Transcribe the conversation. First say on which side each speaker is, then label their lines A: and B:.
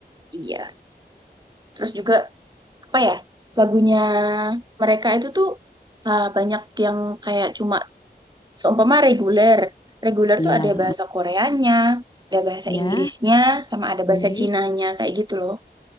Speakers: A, on the right; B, on the left.
A: Iya. Terus juga apa ya lagunya mereka itu tuh uh, banyak yang kayak cuma seumpama reguler. Reguler
B: Iya,
A: tuh ada bahasa Koreanya, ada bahasa
B: ya
A: Inggrisnya, sama ada
B: Inggris.
A: bahasa Cinanya kayak gitu loh.